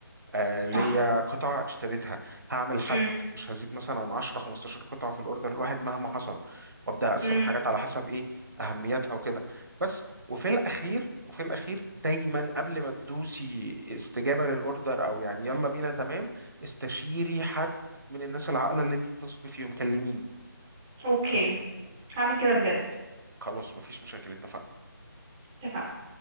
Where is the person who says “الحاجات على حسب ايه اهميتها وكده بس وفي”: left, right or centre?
Right